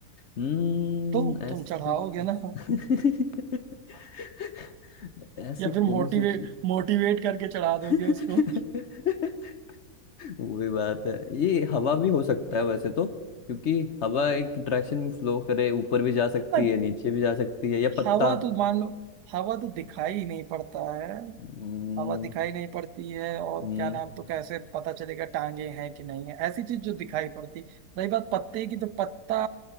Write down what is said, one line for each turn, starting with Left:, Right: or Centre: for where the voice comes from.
Left: हम्म
Right: तो तुम
Left: ऐसी
Right: चढ़ाओगे ना <laughs>
Left: <laughs> ऐसी
Right: या
Left: कौन
Right: फिर मोटिवेट
Left: सी चीज
Right: मोटिवेट करके चढ़ा
Left: <laughs>
Right: दोगे उसको
Left: वही बात है ये हवा भी हो सकता है वैसे तो क्योंकि हवा एक डायरेक्शन में फ्लो करे ऊपर भी जा सकती
Right: नहीं
Left: है नीचे भी जा सकती है या पत्ता
Right: हवा तो मान लो हवा तो दिखाई ही नहीं पड़ता है
Left: हम्म
Right: हवा दिखाई नहीं पड़ती है और
Left: हम्म
Right: क्या नाम तो कैसे पता चलेगा टांगे हैं कि नहीं है ऐसी चीज जो दिखाई पड़ती रही बात पत्ते की तो पत्ता